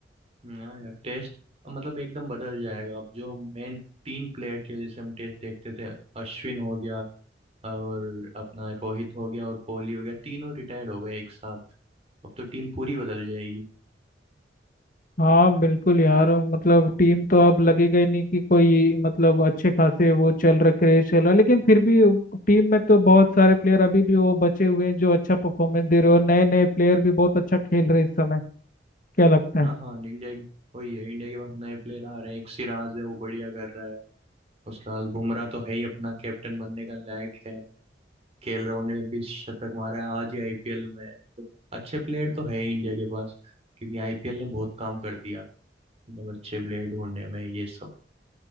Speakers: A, on the right; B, on the left.
A: ना यार टेस्ट मतलब एकदम बदल जाएगा अब जो मेन तीन प्लेयर की वजह से हम टेस्ट देखते थे अश्विन हो गया और अपना रोहित हो गया और कोहली हो गया तीनों रिटायर्ड हो गए एक साथ अब तो टीम पूरी बदल जाएगी
B: हाँ बिल्कुल यार मतलब टीम तो अब लगेगा ही नहीं कि कोई मतलब अच्छे खासे वो चल रहा क्रेज चल रहा लेकिन फिर भी टीम में तो बहुत सारे प्लेयर अभी भी वो बचे हुए हैं जो अच्छा परफॉर्मेंस दे रहे हो नए नए प्लेयर भी बहुत अच्छा खेल रहे हैं इस समय क्या लगता
A: हाँ
B: है
A: हाँ इंडिया की वही है इंडिया के पास नए प्लेयर आ रहे हैं एक सिराज है वो बढ़िया कर रहा है खुशहाल बुमराह तो है ही अपना कैप्टन बनने का लायक है केएल राहुल ने भी शतक मारा है आज ही आईपीएल में तो अच्छे प्लेयर तो है ही इंडिया के पास क्योंकि आईपीएल ने बहुत काम कर दिया मतलब अच्छे प्लेयर ढूंढने में ये सब